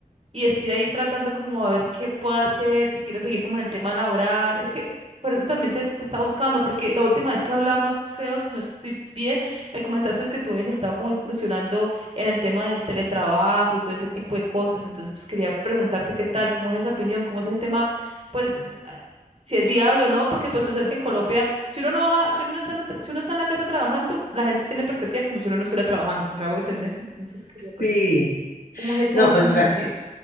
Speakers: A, on the right; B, on the left.
A: y estoy ahí tratando como a ver qué puedo hacer, si quiero seguir como en el tema laboral. Es que por eso también te, te estaba buscando, porque la última vez que hablamos, creo, si no estoy bien, me comentaste es que tú habías estado como incursionando en el tema del teletrabajo y todo ese tipo de cosas. Entonces, pues quería preguntarte qué tal, cómo es esa opinión, cómo es ese tema, pues a- si es viable o no, porque pues tú sabes que en Colombia, si uno no va, si uno no está en, un tra- si uno está en la casa trabajando, la gente tiene perspectiva como si uno no estuviera trabajando, me hago entender. Entonces, quería pues,
B: Sí,
A: ¿cómo es esa
B: no,
A: vida?
B: pues re-
A: ¿Qué?